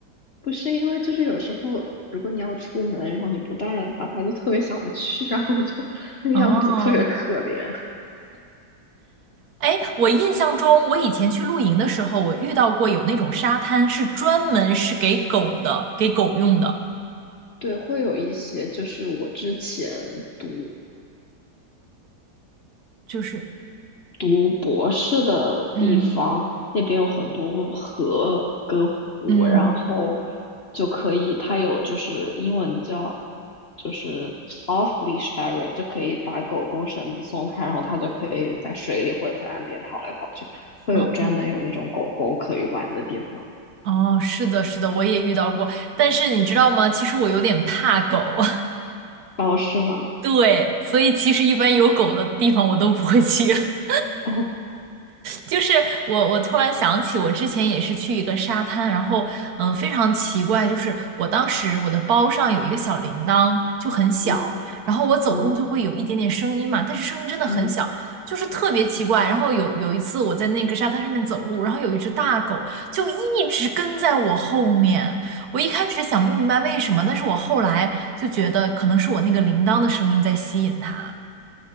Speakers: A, on the left; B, on the right.
A: 不是因为就是有时候如果你要出门，然后你不带的话，它就特别想去，然后就那个样子特别可怜。
B: 哦哎，我印象中，我以前去露营的时候，我遇到过有那种沙滩是专门是给狗的，给狗用的，
A: 对，会有一些就是我之前读
B: 就是，
A: 读博士的地方，
B: 嗯
A: 那边有很多河跟湖，
B: 嗯，
A: 然后就可以，它有就是英文叫就是 off leash area，就可以把狗狗绳子松开，然后它就可以在水里或者在岸边跑来跑去，会有专门有那种狗狗可以玩的地方。
B: 哦哦，是的，是的，我也遇到过。但是你知道吗？其实我有点怕狗，
A: 哦，是吗？
B: <laughs> 对，所以其实一般有狗的地方我都不会去。<laughs>
A: 哦，
B: 就是我，我突然想起，我之前也是去一个沙滩，然后嗯、呃非常奇怪，就是我当时我的包上有一个小铃铛，就很小，
A: 嗯
B: 然后我走路就会有一点点声音嘛，
A: 嗯
B: 但是声音真的很小，
A: 嗯
B: 就是特别奇怪。然后有有一次我在那个沙滩上面走路，然后有一只大狗就一直跟在我后面，我一开始想不明白为什么，但是我后来就觉得可能是我那个铃铛的声音在吸引它。